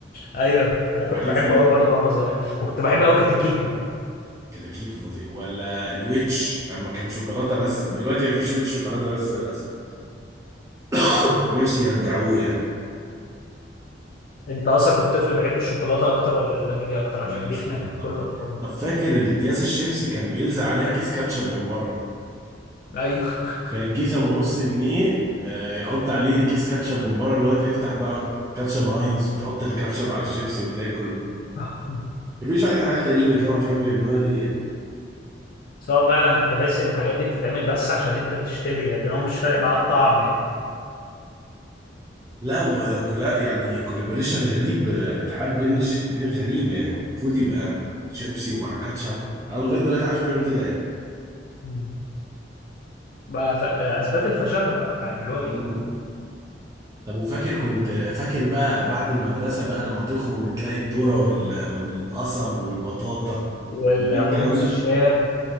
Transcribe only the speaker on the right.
عليه
فيه
كده كيتو فظيع ولا الويتش لما كان شوكولاته بس دلوقتي مفيش ويتش شوكولاته بس للاسف <coughs> نفسي يرجعوه يعني
بلا
شوكولاته
طبعا
طب فاكر الاكياس الشيبسي كان بيلزق عليها كيس كاتشب من بره
كان الكيس ابو نص جنيه آه، يحط عليه كيس كاتشب من بره اللي هو تفتح بقى كاتشب هاينز وتحط الكاتشب على الشيبسي وتاكل
مفيش واحد حاجه غريبه كده مش عارف بيعملوها ليه يعني.
لا وكلا يعني كولابوريشن غريب آه، اتحاد بين الشركتين غريب يعني المفروض يبقى شيبسي ومع كاتشب انا لغايه دلوقتي عايش بيعمل كده يعني
مم.
طب وفاكر كنت فاكر بقى بعد المدرسه بقى لما تخرج بتلاقي الذره وال- والقصب والبطاطا
بتجيب الكلام ده